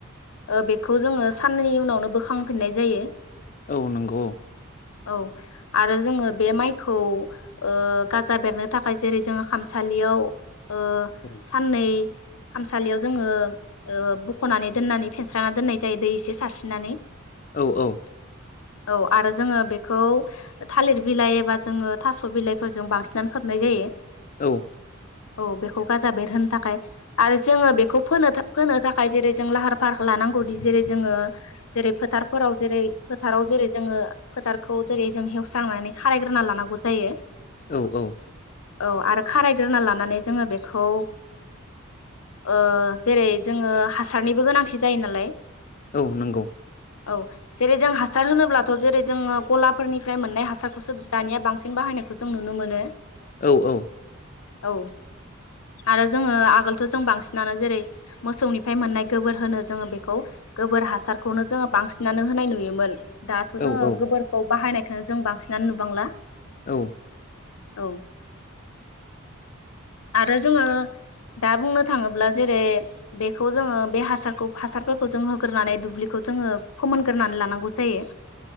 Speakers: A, on the left; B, on the left.
A: ओ बेखौ जोङो साननैनि उनावनो बोखांफिननाय जायो।
B: औ नंगौ।
A: औ आरो जोङो बे माइखौ ओ गाजा बेरनो थाखाय जेरै जोङो खामसा सालियाव ओ
B: औ
A: साननै खाम सालियाव जोङो ओ बख'नानै दोननानै फेनस्रा दोननाय जायो दै एसे सारस्रिनानै।
B: औ औ
A: औ आरो जोङो बेखौ थालिर बिलाइ एबा जोङो थस' बिलाइजों बांसिननानै खोबनाय जायो
B: औ
A: औ बेख खौ गाजा बेरहोनो थाखाय आरो जोङो बेखौ फोनो था फोनो थाखाय जेरै जों लाहार फाहार लानांगौदि जेरै जोङो जेरै फोथारफोराव जेरै फोथाराव जेरै जोङो फोथारखौ जेरै जों हेवस्रांनानै खारायग्रोना लानांगौ जायो।
B: औ औ
A: औ आरो खारायग्रोना लानानै जोङो बेखौ ओ जेरै जोङो हासारनिबो गोनांथि जायो नालाय।
B: औ नंगौ
A: औ जेरै जों हासार होनोब्लाथ' जेरै जोङो गलाफोरनिफ्राय मोननाय हासारखौसो दानिया बांसिन बाहाय नायखौ जों नुनो मोनो।
B: औ औ
A: औ आरो जोङो आगोलथ' जों बांसिन नानो जेरै मोसौनिफ्राय मोननाय गोबोर होनो जोङो बे खौ गोबोर हासारखौनो जोङो बांसिनानो होनाय नुयोमोन दाथ'
B: औ
A: जोङो
B: औ
A: गोबोरखौ बाहायनाय खोंनो जों बांसिनानो नुबांला।
B: औ
A: औ आरो जोङो दा बुंनो थाङोब्ला जेरै बेखौ जोङो बे हासारखौ हासारफोरखौ जों होग्रोनानै दुब्लिखो जोङो फोमोनग्रोनानै लानांगौ जायो